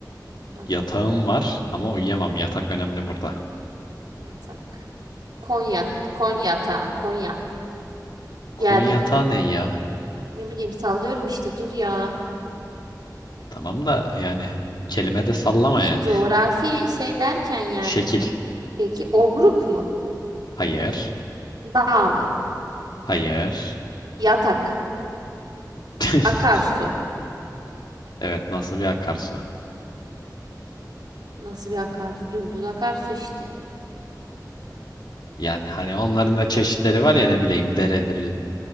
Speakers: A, on the right; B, on the left.
A: konuşamam.
B: Yatağım var ama uyuyamam. Yatak önemli burada.
A: Yatak. Konya. Konyatağı. Konya.
B: Koyun
A: Yer yatağı.
B: yatağı
A: Konya.
B: ne ya?
A: Ne bileyim sallıyorum işte dur ya.
B: Tamam da yani kelime de sallama
A: Bir
B: yani.
A: coğrafi şey derken
B: <laughs>
A: yani
B: Şekil.
A: Peki obruk mu?
B: Hayır.
A: Dağ mı?
B: Hayır.
A: Yatak.
B: <laughs>
A: Akarsu.
B: Evet nasıl bir akarsu?
A: Nasıl bir akarsu? Dümdüz akarsu işte.
B: Yani hani onların da çeşitleri var ya ne bileyim deredir